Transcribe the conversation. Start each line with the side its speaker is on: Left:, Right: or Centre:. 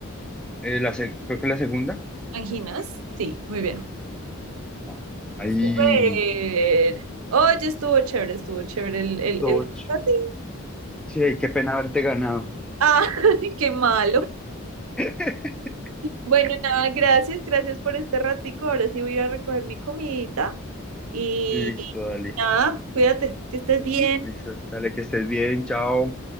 Centre: Eh, la se- creo que la segunda.
Right: Anginas, sí, muy bien.
Centre: No, Ahí,
Right: Súper. Oye, estuvo chévere, estuvo chévere el, el,
Centre: Toch.
Right: el ratín.
Centre: Sí, qué pena haberte ganado.
Right: Ah, <laughs> qué malo.
Centre: <laughs>
Right: Bueno, nada, gracias, gracias por este ratico. Ahora sí voy a ir a recoger mi comidita. Y
Centre: Listo, dale.
Right: nada, cuídate, que estés bien.
Centre: Listo. Dale, que estés bien. Chao.